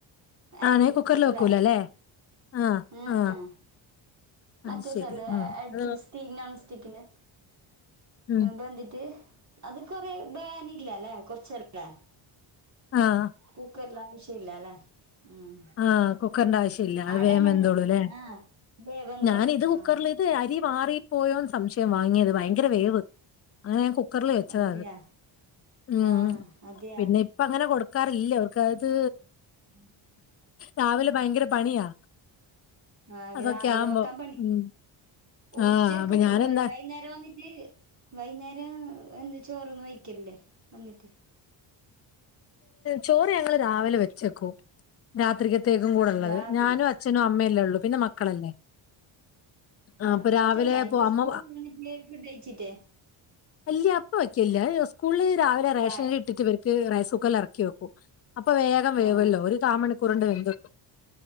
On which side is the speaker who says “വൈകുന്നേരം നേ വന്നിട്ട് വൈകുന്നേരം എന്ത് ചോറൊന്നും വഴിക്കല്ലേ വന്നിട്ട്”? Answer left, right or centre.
Right